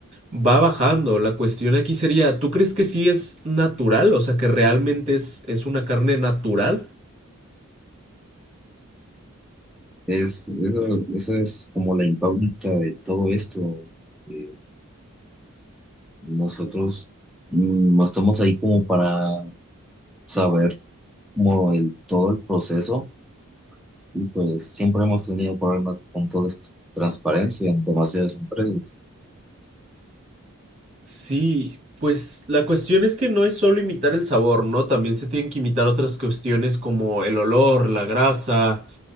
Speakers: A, on the right; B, in the centre.
A: va bajando. La cuestión aquí sería, ¿tú crees que sí es natural? O sea, que realmente es, es una carne natural.
B: Es, eso, esa es como la incógnita de todo esto. eh, Nosotros mm, no estamos ahí como para saber como el, todo el proceso y pues siempre hemos tenido problemas con toda esta transparencia en demasiadas empresas.
A: Sí, pues la cuestión es que no es solo imitar el sabor, ¿no? También se tienen que imitar otras cuestiones como el olor, la grasa,